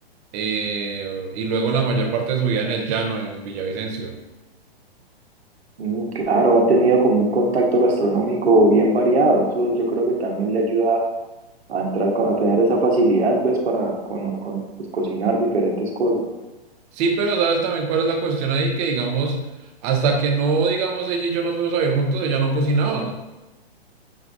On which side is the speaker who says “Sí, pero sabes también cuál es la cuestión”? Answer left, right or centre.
Right